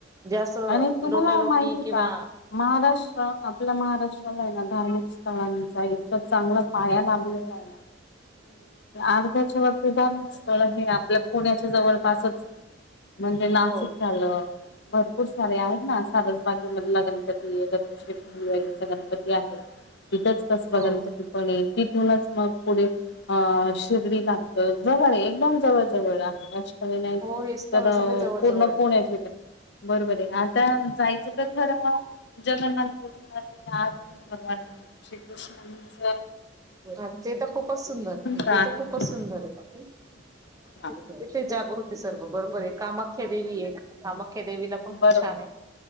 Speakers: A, on the right (about 20°); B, on the left (about 60°).
A: जे अस
B: आणि तुम्हाला
A: लोटालोटी
B: माहितीय
A: किंवा
B: का? महाराष्ट्र आपल्या महाराष्ट्राला आहे ना धार्मिक स्थळांचा इतक चांगला पाया लाभलेला आहेना. अर्ध्याच्या वरती धार्मिक स्थळ हे आपल्या पुण्याच्या जवळ पासच म्हणजे नाशिक
A: हो
B: झालं. खूप सारे आहेत ना सारसबागेमधला गणपती आहे दगडूशेठ हलवाईचा गणपती आहे. इथच. कसबा
A: हो
B: गणपती पण तिथूनच मग पुढे अ शिर्डी लागत. जवळ एकदम जवळ-जवळ आहे अष्टविनायक
A: हो हे स्थळ
B: तर
A: सगळे जवळ
B: पूर्ण
A: जवळ आहे.
B: पुण्याची इथे बरोबर आहे आता जायचं तर खरं जगन्नाथ पुरीला ते अर्जुन भगवान श्रीकृष्णनच
A: अन् तर खूपच सुंदर नि
B: आहे.
A: ते तर खूपच सुंदर आहे
B: हा.
A: तथे जागृत आहे सर्व बरोबर आहे कामाख्या देवी आहे. कामाख्या देवीला पण
B: बरोबर
A: खूप छान आहे.